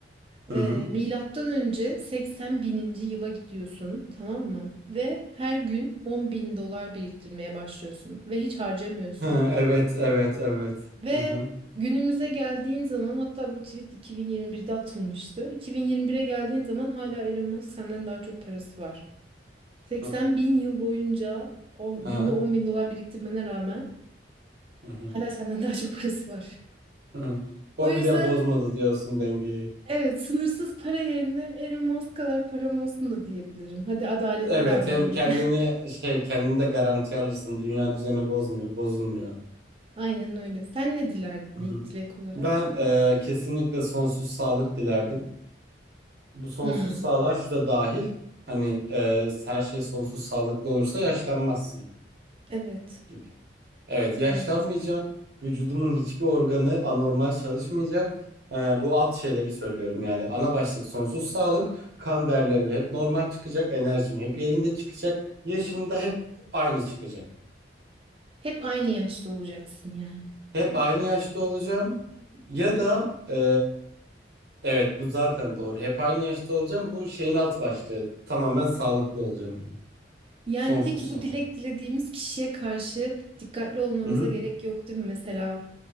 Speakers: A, on the right; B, on the right.
A: Hı
B: Ee,
A: hı.
B: milattan önce 80 bininci yıla gidiyorsun tamam mı? Ve her gün 10 bin dolar biriktirmeye başlıyorsun ve hiç harcamıyorsun.
A: Hı, evet, evet, evet.
B: Ve
A: Hı hı.
B: günümüze geldiğin zaman hatta bu tweet 2021'de atılmıştı. 2021'e geldiğin zaman hala Elon Musk senden daha çok parası var. 80
A: Hı hı.
B: bin yıl boyunca o
A: Hı
B: günde
A: hı.
B: 10 bin dolar biriktirmene rağmen
A: Hı hı.
B: hala senden daha çok parası var.
A: Hı hı.
B: O
A: O
B: yüzden
A: bile bozmadı diyorsun dengeyi.
B: evet sınırsız para yerine Elon Musk kadar param olsun da diyebilirim. Hadi adaletli
A: Evet
B: davranayım.
A: hem kendini şey kendini de garantiye alırsın. Dünya düzeni bozmuyor, bozulmuyor.
B: <laughs> Aynen öyle. Sen ne dilerdin
A: Hı
B: ilk
A: hı.
B: dilek olarak?
A: Ben e, kesinlikle sonsuz sağlık dilerdim. Bu sonsuz
B: Hmm,
A: sağlığa şu da dahil. Hani e, her şey sonsuz sağlıklı olursa yaşlanmazsın
B: evet,
A: gibi. Evet yaşlanmayacağım.
B: evet.
A: Vücudumun hiçbir organı anormal çalışmayacak. E, bu alt şeyleri söylüyorum yani. Ana başlık sonsuz sağlık. Kan değerlerim hep normal çıkacak. Enerjim hep yerinde çıkacak. Yaşım da hep aynı çıkacak.
B: Hep aynı yaşta olacaksın yani.
A: Hep aynı yaşta olacağım ya da e, evet bu zaten doğru. Hep aynı yaşta olacağım. Bu şeyin altı başlığı. Tamamen sağlıklı olacağım.
B: Yani
A: Sonsuz
B: peki
A: sağlık.
B: bu dilek dilediğimiz kişiye karşı dikkatli olmamıza
A: Hı hı.
B: gerek yok değil mi? Mesela